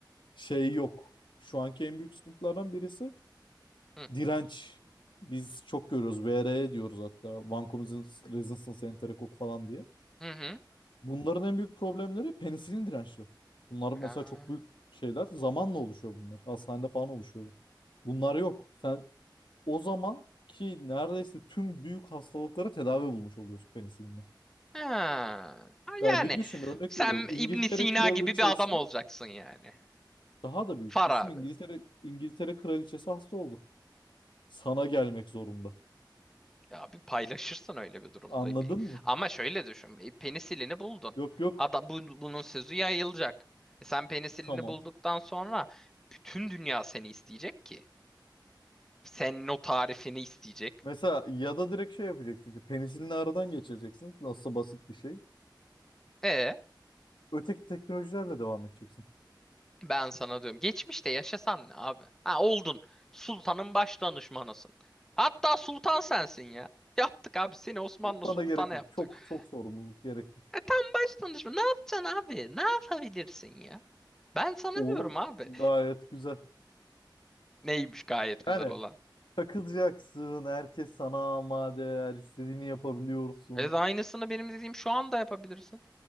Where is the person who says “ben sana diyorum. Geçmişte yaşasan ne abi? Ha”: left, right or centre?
Centre